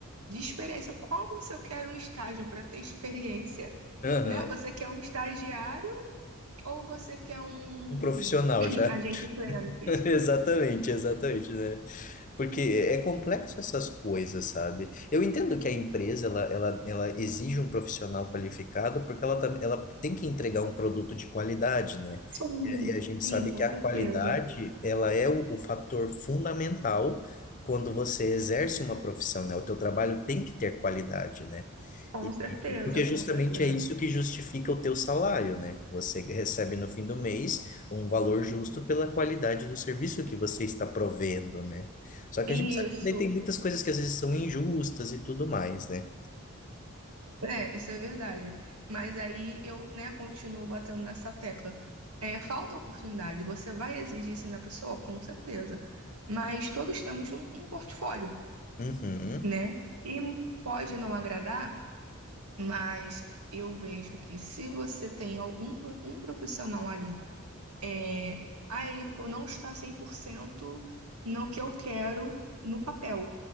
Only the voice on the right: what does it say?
de experiência. Como se eu quero um estágio para ter experiência,
né? Você quer um estagiário ou você quer um
<clears throat>
agente pleno?
Isso,
sim,
sim,
com
certeza.
Com
certeza,
com
certeza.
Isso,
é, isso é verdade. Mas aí eu, né, continuo batendo nessa tecla. É, falta oportunidade. Você vai exigir isso da pessoa? Com certeza. Mas todos temos um, um portfólio,
né? E pode não agradar, Mas eu vejo que se você tem algum pro- um profissional ali, é, ah, ele pô- não está 100% no que eu quero no papel,